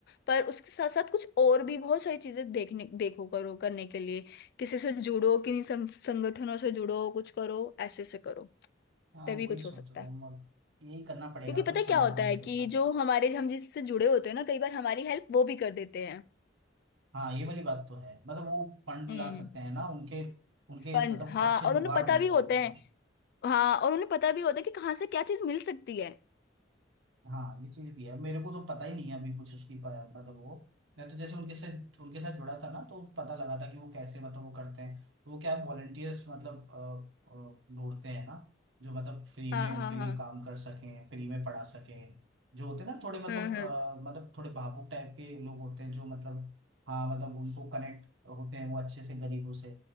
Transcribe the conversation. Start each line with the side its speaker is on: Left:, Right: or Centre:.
Left: पर उसके साथ साथ कुछ और भी बहुत सारी चीजें देखने देखो करो करने के लिए किसी से जुड़ो किसी संग, संगठनों से जुड़ो कुछ करो ऐसे से करो
Right: हाँ
Left: तभी
Right: वही
Left: कुछ
Right: सोच
Left: हो सकता
Right: रहा हूँ
Left: है
Right: अब यही करना पड़ेगा
Left: क्योंकि पता
Right: कुछ
Left: है
Right: संगठनों
Left: क्या होता है
Right: से
Left: कि
Right: जुड़ना पड़ेगा
Left: जो हमारे हम जिससे जुड़े होते हैं ना कई बार हमारी हेल्प वो भी कर देते हैं
Right: हाँ ये वाली बात तो है मतलब वो फंड
Left: हम्म
Right: ला सकते हैं ना उनके उनके
Left: फंड
Right: मतलब
Left: हाँ
Right: अच्छे
Left: और
Right: जुगाड़
Left: उन्हें पता
Right: होंगे
Left: भी
Right: वहां
Left: होते
Right: पे
Left: हैं
Right: कहीं
Left: हाँ और उन्हें पता भी होता है कि कहाँ से क्या चीज मिल सकती है
Right: हाँ ये चीज भी है मेरे को तो पता ही नहीं है अभी कुछ उसकी प- मतलब वो मैं तो जैसे उनके से उनके साथ जुड़ा था ना तो पता लगा था कि वो कैसे मतलब वो करते हैं तो वो क्या वॉलंटियर्स मतलब अ, अ, ढूंढते हैं ना जो मतलब फ्री
Left: हाँ
Right: में उनके
Left: हाँ
Right: लिए
Left: हाँ
Right: काम कर सकें फ्री में पढ़ा सकें जो होते हैं ना थोड़े मतलब
Left: हम्म हम्म
Right: अ, मतलब थोड़े भावुक टाइप के लोग होते हैं जो मतलब हाँ मतलब उनको कनेक्ट होते हैं वो अच्छे से गरीबों से